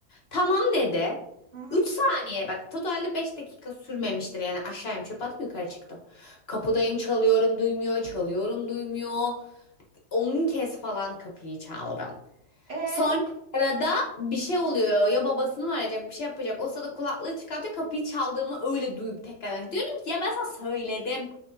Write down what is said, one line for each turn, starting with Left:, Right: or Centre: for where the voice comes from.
Left: Tamam dedi.
Right: Hı hı.
Left: 3 saniye bak totalde 5 dakika sürmemiştir yani aşağıyım çöp atıp yukarı çıktım. Kapıdayım çalıyorum duymuyor çalıyorum duymuyor. 10 kez falan kapıyı çaldım.
Right: E,
Left: Sonra arada bir şey oluyor. Ya babasını mı arayacak, bir şey yapacak. O sırada kulaklığı çıkartıyor. Kapıyı çaldığımı öyle duyup tekrardan. Diyorum ki ya ben sana söyledim.